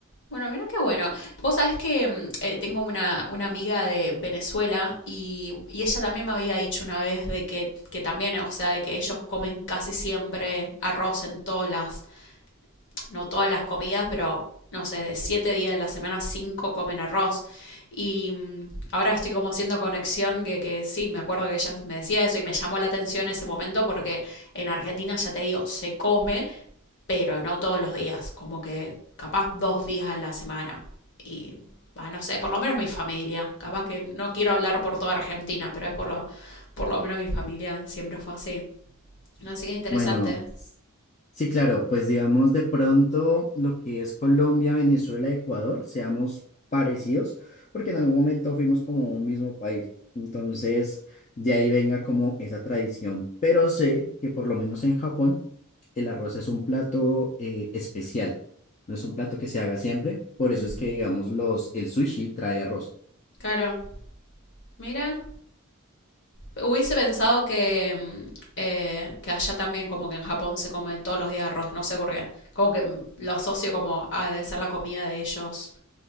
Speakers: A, on the left; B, on the left.
A: Bueno, mira qué bueno. Vos sabés que mm, eh, tengo una, una amiga de Venezuela y, y ella también me había dicho una vez de que, que también, o sea, de que ellos comen casi siempre arroz en todas las, no todas las comidas, pero no sé, de siete días de la semana, cinco comen arroz. Y mm, ahora estoy como haciendo conexión que, que sí, me acuerdo que ella me decía eso y me llamó la atención ese momento porque en Argentina, ya te digo, se come, pero no todos los días, como que capaz dos días a la semana. Y bah, no sé, por lo menos mi familia, capaz que no quiero hablar por toda Argentina, pero es por lo, por lo menos mi familia siempre fue así. Así que interesante.
B: Bueno, Sí, claro, pues digamos de pronto lo que es Colombia, Venezuela, Ecuador, seamos parecidos, porque en algún momento fuimos como un mismo país. Entonces, de ahí venga como esa tradición. Pero sé que por lo menos en Japón, el arroz es un plato eh, especial, no es un plato que se haga siempre. Por eso
A: Ujú.
B: es que, digamos, los, el sushi trae arroz.
A: Claro, mira, Hubiese pensado que, mm, eh, que allá también, como que en Japón se come todos los días arroz, no sé por qué. Como que mm, lo asocio como a de ser la comida de ellos